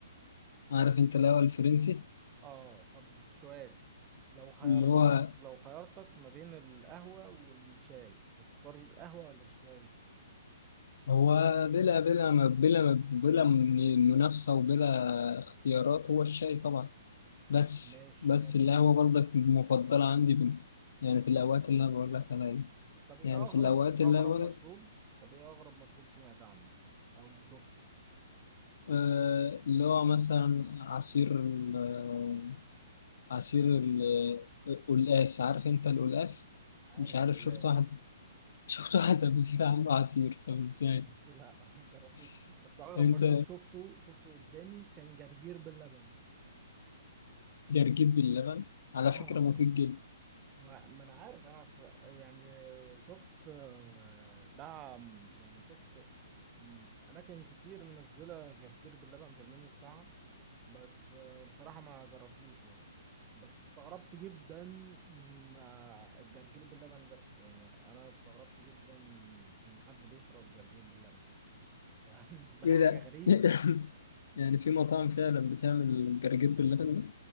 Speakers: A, on the left; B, on the right.
A: عارف أنت القهوة الفرنسي
B: آه طب سؤال لو خيرناك
A: اللي هو
B: لو خيرتك ما بين القهوة والشاي هتختار القهوة ولا الشاي؟
A: هو بلا بلا بلا بلا من منافسة وبلا اختيارات هو الشاي طبعا بس
B: ماشي
A: بس
B: حلو
A: القهوة برضك مفضلة عندي بال... يعني في الأوقات اللي أنا بقول لك عليها دي.
B: طب ايه
A: يعني
B: اغرب
A: في الأوقات
B: اغرب
A: اللي أنا بقول
B: مشروب
A: لك
B: طب ايه اغرب مشروب سمعت عنه او شفته
A: آه اللي هو مثلا عصير ال... آه، عصير ال... آه، القلقاس عارف أنت القلقاس
B: عارف
A: مش عارف
B: القلاس
A: شفت واحد <laughs> شفت واحد قبل كده عامله عصير طب إزاي
B: <laughs> لا ما جربتوش
A: <laughs>
B: بس اغرب
A: أنت
B: مشروب شفته شفته قدامي كان جرجير باللبن
A: جرجير باللبن على
B: اه
A: فكرة مفيد جدا
B: ما ما انا عارف انا ف... يعني شفت آه، دعم يعني شفت م، اماكن كتير منزله جرجير باللبن في المنيو بتاعها بس آه، بصراحه ما جربتوش يعني بس استغربت جدا من آه، الجرجير باللبن ده يعني انا استغربت جدا ان حد بيشرب جرجير باللبن ده <laughs> بالنسبه
A: إيه
B: لي حاجه
A: ده
B: غريبه
A: <laughs> يعني في مطاعم فعلا بتعمل جرجير باللبن ده